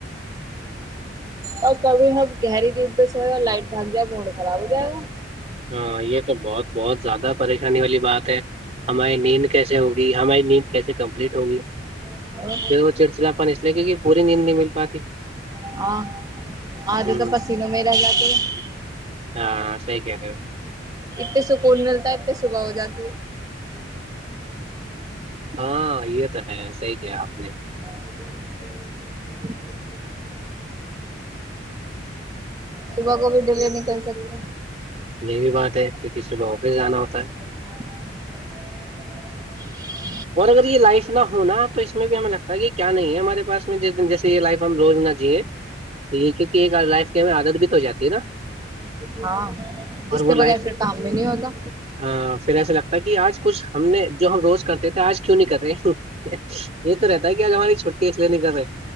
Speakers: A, on the right (about 20°); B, on the right (about 35°).
A: اور کبھی ہمب گہری دن پہ سوئے اور لائٹ بھاگ جائے موڈ خراب ہو جائے گا
B: ہاں یہ تو بہت بہت زیادہ پریشانی والی بات ہے ہماریے نیند کیسے ہوگی ہماری نیند کیسے کمپلیٹ ہوگی
A: گا
B: پھر وہ چڑچڑاپن اس لیے کہ کہ پوری نیند نہیں مل پاتی
A: ہاں آدھے
B: ہ
A: تو پسینوں میں رہ جاتی ہے
B: ہاں صحی کہہ رہے ہو
A: اتنے سکون ملتا ہے اتنی صبح ہو جاتی ہے
B: ہاں یہ تو ہے ایسا ہی کیا آپ نے
A: <inaudible> صبح کو بھی ڈلیے نہیں کر سکتے
B: یہی بھی بات ہے کیونکہ صبح وفس جانا ہوتا ہے
A: ہوں
B: اور اگر یہ لائف نہ ہونا تو اس میں بھی ہمیں لگتا ہے کہ کیا نہیں ہے ہمارے پس میں جس د جیسے یہ لائف ہم روز نہ جییں تو یہک لائف کی ہمیں عادت بھی تو ہو جاتی ہے نا
A: ہاں اس
B: اور
A: کے
B: وہ
A: بغیر
B: لائف
A: پھر کام بھی نہیں ہوتا
B: ہاں پھر ایسا لگتا ہے کہ آج کچھ ہم نے جو ہم روز کرتے تھے آج کیوں نہیں کر رہے یہ تو رہتا ہے کہ آج ہماری چھوٹی س لینے کر رہے